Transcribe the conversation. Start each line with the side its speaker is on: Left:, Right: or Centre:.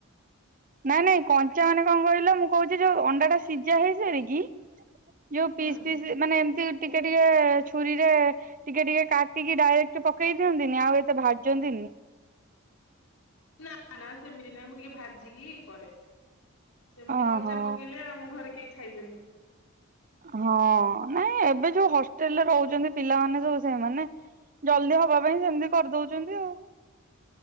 Right: ନାଇଁ ନାଇଁ କଞ୍ଚା ମାନେ କଣ କହିଲ ମୁଁ କହୁଚି ଯୋଉ ଅଣ୍ଡା ଟା ସିଝା ହେଇସାରିକି ଯୋଉ ପିସ୍
Left: ହୁଁ।
Right: ପିସ୍ ମାନେ ଏମତି ଟିକେ ଟିକେ ଛୁରୀରେ ଟିକେ ଟିକେ କାଟିକି ଡାଇରେକ୍ଟ ପକେଇ ଦିଅନ୍ତିନି ଆଉ ଏତେ ଭାଜନ୍ତିନି।
Left: ନା ନା ସେମିତି ନାଇଁ ମୁଁ ଟିକେ ଭାଜିକି କରେ। ସେମିତି
Right: ଓହୋ
Left: କଞ୍ଚା ପକେଇଲେ ଆଉ ଆମ ଘରେ କେହି ଖାଇବେନି।
Right: ହଁ ନାଇଁ ଏବେ ଯୋଉ ହଷ୍ଟେଲ ରେ ରହୁଛନ୍ତି ପିଲାମାନେ ସବୁ ସେମାନେ। ଜଲଦି ହବା ପାଇଁ ସେମିତି କରିଦଉଛନ୍ତି ଆଉ।